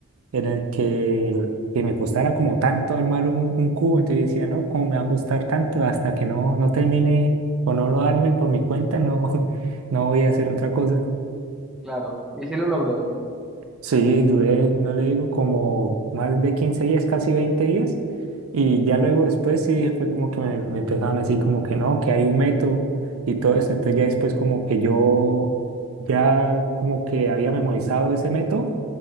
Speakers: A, on the right; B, in the centre.
A: en el que, que me costara como tanto armar un, un cubo, entonces yo decía, no, ¿cómo me va a costar tanto? Hasta que no, no termine o no lo arme por mi cuenta, no, <laughs> no voy a hacer otra cosa.
B: claro. Y sí lo logró.
A: Sí, duré, no le digo, como más de 15 días, casi 20 días. Y ya luego después sí fue como que me, me empezaron así como que no, que hay un método y todo eso. Entonces ya después como que yo ya como que había memorizado ese método.